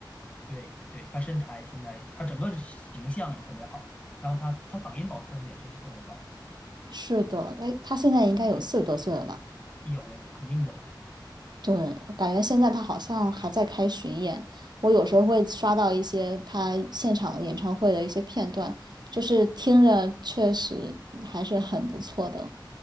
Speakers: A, on the left; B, on the right.
A: 对对，他身材现在他整个形象也特别好，然后他他嗓音保持的也真是特别棒，
B: 是的，哎，他现在应该有四十多岁了吧？
A: 有肯定有
B: 对，我感觉现在他好像还在开巡演，我有时候会刷到一些他现场演唱会的一些片段，就是听着确实还是很不错的。